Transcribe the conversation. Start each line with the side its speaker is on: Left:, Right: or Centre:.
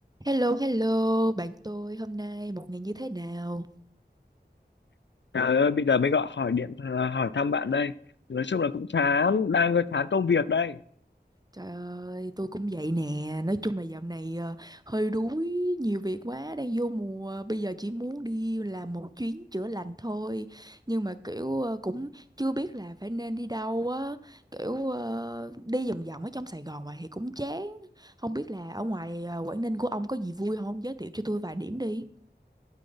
Right: Hello, hello, bạn tôi hôm nay một ngày như thế nào?
Left: Trời ơi, bây giờ mới gọi hỏi điện à, hỏi thăm bạn đây. Nói chung là cũng chán, đang chán công việc đây.
Right: Trời ơi, tôi cũng vậy nè. Nói chung là dạo này ờ, hơi đuối, nhiều việc quá, đang vô mùa. Bây giờ chỉ muốn đi làm một chuyến chữa lành thôi. Nhưng mà kiểu ờ, cũng chưa biết là phải nên đi đâu á. Kiểu ờ, đi vòng vòng ở trong Sài Gòn hoài thì cũng chán. Không biết là ở ngoài ờ, Quảng Ninh của ông có gì vui không? Giới thiệu cho tôi vài điểm đi.